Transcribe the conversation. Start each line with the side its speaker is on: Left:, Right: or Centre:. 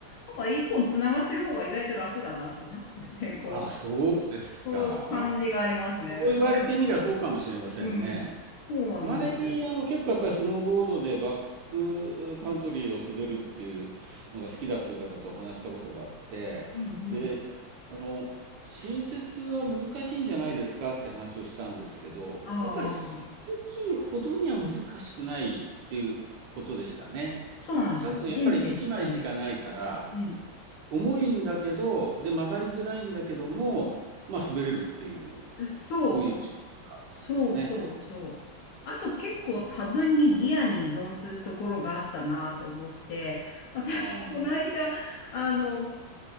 Left: なんか一本つながってる方が意外と楽だなと思って <laughs> こう、
Right: あ、そうですか。
Left: そういう感じがありますね。
Right: あそう言われてみりゃそうかもしれませんね。
Left: まあでも、そう、うん、そうなんですよ。
Right: 前にあの結構やっぱりスノーボードでバックカントリーを滑るっていうのが好きだっていう方とお話ししたことがあって、
Left: うんうん。
Right: で、あの、新設は難しいんじゃないですかって話をしたんですけど、
Left: ああ、
Right: やっぱりスキーほどには難しくないっていうことでしたね。
Left: そうなんですよ。
Right: 多分やっぱり1枚しかないから、
Left: 面積広いんで。うん
Right: 重いんだけど、で、曲がりづらいんだけども、まあ、滑れるっていう
Left: そ
Right: ふうにおっしゃってたんですね。
Left: う、そうそうそう。あと結構多分にギアに依存するところがあったなと思って、私、
Right: あーま
Left: この間、あの、す